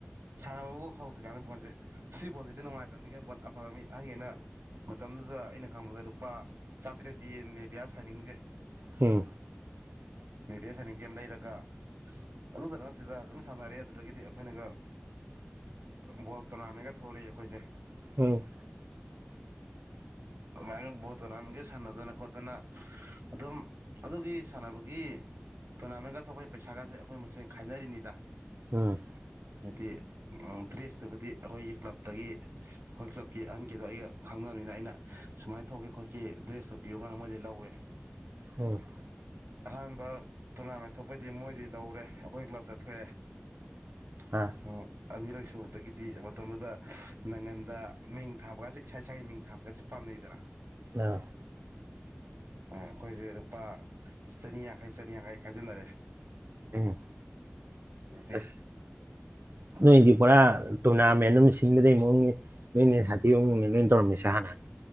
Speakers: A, on the right; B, on the right.
A: ꯁꯥꯟꯅꯕꯕꯨ ꯍꯧꯗ꯭ꯔꯤꯀꯥꯟꯗ ꯕꯣꯟꯁꯦ ꯁꯤ ꯕꯣꯜꯁꯤꯗꯤ ꯅꯨꯡꯉꯥꯏꯇꯕꯅꯤꯉꯅ ꯕꯣꯜ ꯑꯐꯕ ꯃꯤ ꯑꯍꯟꯈꯩꯅ ꯃꯇꯝꯗꯨꯗ ꯑꯩꯅ ꯈꯪꯕꯗ ꯂꯨꯄꯥ ꯆꯥꯇ꯭ꯔꯦꯠ ꯄꯤꯌꯦꯟ ꯅꯦꯕꯤꯌꯥꯁ ꯍꯥꯏꯅꯤꯡꯖꯩ
B: ꯍꯝ
A: ꯃꯤꯕꯦꯁꯅꯤ ꯀꯦꯝ ꯂꯩꯔꯒ ꯑꯗꯨꯗ ꯅꯠꯇꯗ ꯑꯗꯨꯝ ꯁꯥꯟꯅꯔꯦ ꯑꯗꯨꯗꯒꯤꯗꯤ ꯑꯩꯈꯣꯏꯅꯒ ꯕꯣꯜ ꯇꯣꯔꯅꯥꯃꯦꯟꯒ ꯊꯣꯛꯂ ꯑꯩꯈꯣꯏꯁꯦ
B: ꯎꯝ
A: ꯃꯥ ꯣꯔ ꯑꯃꯒꯦ ꯁꯥꯟꯅꯗꯨꯅ ꯀꯠꯇꯅ ꯑꯗꯨꯝ ꯑꯗꯨꯒꯤ ꯁꯥꯟꯅꯕꯒꯤ ꯇꯣꯔꯅꯥꯃꯦꯟꯒ ꯑ ꯊꯣꯛꯄꯒꯤ ꯄꯩꯁꯥꯒꯁꯦ ꯑꯩꯈꯣꯏ ꯃꯁꯦꯟ ꯈꯥꯏꯅꯔꯤꯅꯤꯗ
B: ꯎꯝ
A: ꯍꯥꯏꯗꯤ ꯗ꯭ꯔꯦꯁꯇꯨꯕꯨꯗꯤ ꯑꯩꯈꯣꯏꯒꯤ ꯀ꯭ꯂꯞꯇꯒꯤ ꯑꯩꯈꯣꯏ ꯀ꯭ꯂꯕꯀꯤ ꯑꯍꯟꯒꯤꯗꯣ ꯑꯩꯒ ꯈꯪꯅꯕꯅꯤꯅ ꯑꯩꯅ ꯁꯨꯃꯥꯏꯅ ꯊꯣꯛꯈꯤ ꯈꯣꯠꯀꯤ ꯗ꯭ꯔꯦꯁꯇꯣ ꯄꯤꯌꯒꯅ ꯃꯣꯏꯗꯤ ꯂꯧꯋꯦ
B: ꯎꯝ
A: ꯑꯍꯥꯟꯕ ꯇꯣꯔꯅꯥꯃꯦꯟ ꯊꯣꯛꯄꯗꯤ ꯃꯣꯏꯗꯤ ꯂꯧꯔꯦ ꯑꯩꯈꯣꯏ ꯀ꯭ꯂꯞꯇ ꯊꯣꯛꯑꯦ
B: ꯑꯥ
A: ꯍꯝ ꯑꯅꯤꯔꯛ ꯁꯨꯕꯗꯒꯤꯗꯤ ꯃꯇꯝꯗꯨꯗ ꯅꯪꯒꯟꯗ ꯃꯤꯡ ꯊꯥꯕꯒꯁꯦ ꯏꯁꯥ ꯏꯁꯥꯒꯤ ꯃꯤꯡ ꯊꯥꯕꯒꯁꯦ ꯄꯥꯝ ꯗꯔ
B: ꯑ
A: ꯑꯩꯈꯣꯏꯁꯦ ꯂꯨꯄꯥ ꯆꯅꯤ ꯌꯥꯡꯈꯩ ꯆꯅꯤꯌꯥꯡꯈꯩ ꯈꯥꯏꯖꯤꯟꯅꯔꯦ
B: ꯎꯝ
A: ꯑꯗꯤ
B: ꯑꯁ ꯅꯣꯏꯗꯤ ꯄꯨꯔꯥ ꯇꯣꯔꯅꯥꯃꯦꯟ ꯑꯃ ꯁꯤꯟꯕꯗꯩ ꯃꯑꯣꯡꯅꯤ ꯃꯣꯏꯅꯦ ꯁꯥꯇꯤ ꯅꯣꯏ ꯇꯔꯝꯁ ꯍꯥꯟꯅ